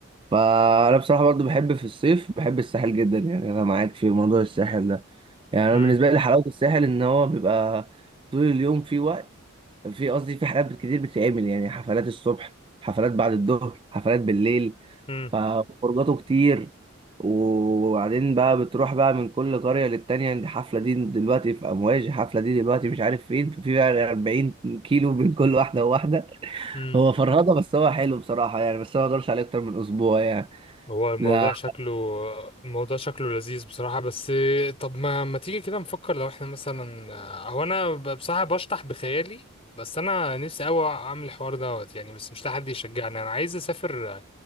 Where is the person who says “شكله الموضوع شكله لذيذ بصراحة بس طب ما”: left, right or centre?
Left